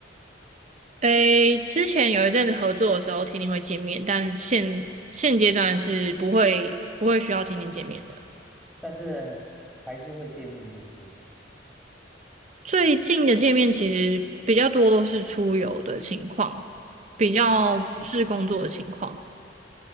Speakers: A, on the right; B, in the centre.
A: 诶，之前有一阵子合作的时候，天天会见面，但现现阶段是不会不会需要天天见面的。
B: 但是还是会见面就是了。
A: 最近的见面其实比较多都是出游的情况，比较不是工作的情况。
B: 哦，